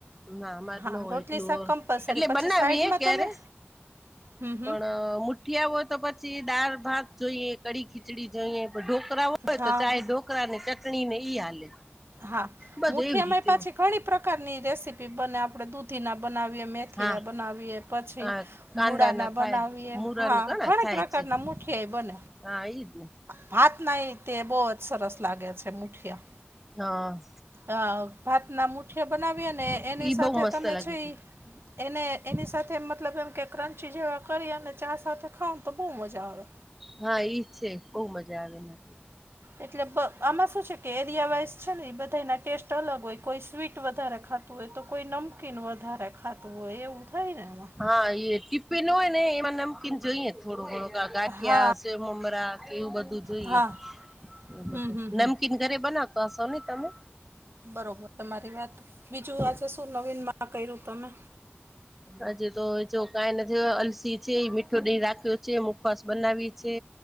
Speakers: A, in the centre; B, on the right.
A: ના અમાર
B: હા
A: ન હોય
B: રોટલી
A: એટલું
B: શાક કમ્પલસરી
A: એટલે
B: પછી
A: બનાવીએે
B: સાઈડમાં
A: ક્યારે?
B: તમે હમ હમ
A: પણ મુ. ઉઠિયા હોય તો પછી દાળ ભાત જોઈએ, કડીી ખીચડી જોઈએ, ઢોકરા હોય
B: હા
A: તો ચાહે
B: હા
A: ઢોક. છોકરા ને ચટણી ઈ હાલે.
B: હા,
A: બધું
B: મુઠિયામાય
A: એવી રીતે
B: પાછી
A: હોય.
B: ઘણી પ્રકારની રેસીપી બને આપડે દૂધી ના. બનાવીએ મેથી
A: હા
B: ના બનાવીએ પછી
A: હા કાંદા
B: મળા ના
A: થાય
B: બનાવીએ
A: મુરા
B: હા
A: ના ઘણા
B: ઘણી
A: થાય
B: પ્રકાર.
A: છે
B: ટ ના મૂઠાય બન.
A: હા એ જ
B: ભાત ના તે બહુ જ સરસ લાગે છે મુઠિયા.
A: હા.
B: અ ભાતના મુઠિયા બનાવી ને એની
A: ઈ
B: સાથે
A: બહુ મસ્ત
B: તમે
A: લાગે
B: છે. એને એની સાથે મતલબ એમ કે ક્રંચી જેવા કરી અને ચા સાથે ખાવ તો બહુ મજા આવે.
A: હા ઈજ છે, બહુ મજા આવે નથી.
B: એટલે આમાં શું છે કે એરિયા વાઈઝ છે ને એ બધા. તો એના ટેસ્ટ અલગ હોય કોઈ સ્વીટ વધારે ખાતું હોય તો કોઈ નમકીન વધારે ખાતું હોય એવું. થને એમાં.
A: હા એ ટ <unintelligible> પિનોઈને એ મન કિં જોુએત. થોડું ઘડું ગાંઠિયા
B: હા
A: સ્મમરા કે એવું બધું જોઈએ
B: હા
A: એ બધું
B: હમ હમ હમ
A: નમકીન ઘરે બનાવતો હશો ને તમે
B: બરોબર તમારી વાત બીજું આજે શું નવીન માં કર્યું તમે
A: હજ તો જો કઈ નથી અલસી છે મીઠો દ રાખ્યો છે મુખવાસ બનાવી છે.